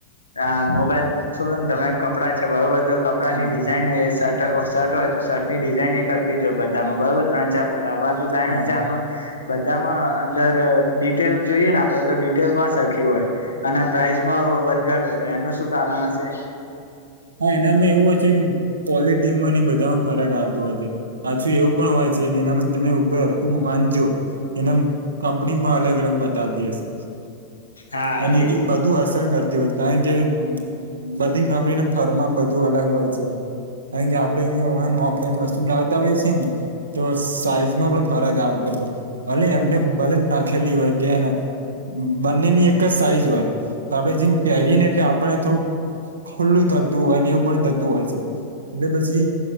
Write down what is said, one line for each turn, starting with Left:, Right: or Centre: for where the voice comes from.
Left: આ મોબાઈલ છોડો ને તમે કપડાં છે બરોબર તો કપડાં
Right: હા
Left: ની ડિઝાઇન શર્ટ હોય તો શર્ટની ડિઝાઇન એ કરખી જોય બધામાં બરોબર ત્રણ ચાર ફૂટ બા તો તણ
Right: હા
Left: ચ આમાં બધામાં અંદર ડિટેલ જોઈએ ને આપડે તો ડિટેલ પણ સરખી હોય અને પ્રાઇઝમાં વધઘાટ હો હતો એનું શું કારણ હ છે.
Right: હા એનામાં એવું હ છે કે ક્વોલિટી બધામાં ફરક આવે. હોય છે પાછું એવું પણ હોય છે કે એનામાં તમે ઉપરખું માનજો. એને કંપનીમાં અલગ અલગ બતાવતી હશે.
Left: હા
Right: અને
Left: એજ
Right: એમ બધું અસર કરતી હોય કારણ કે બધી ગમીને થર્મામ બધું અલગ હોય છે. કારણ કે આપડણે અહીંયા ઓહન ઓફલાઈન વસ્તુ લાવતા હોય છે ને તો સાઈઝમાં પણ ફરક આવતો. ભલે એમને ભલે નાખેલી વર્ગ્યા એને બંને ની એક જ સાઈઝ હોય આપડે જે પહેરીએ ને એટલે આપને થોડુંક ખુલ્લું થતું હોય ને એવું પણ થતું હોય છે. એટલે પછી